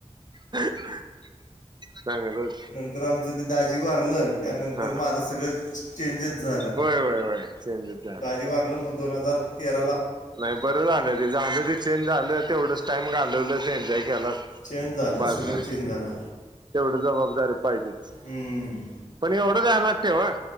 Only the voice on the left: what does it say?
नंतर आमचं ते दाजी वारलं त्यानंतर
माझं सगळं चेंजेस. झाल
दाजी वारल मग दोन हजार तेरा.
चेंज झालं
सगळं
चेंज झालं
हम्म.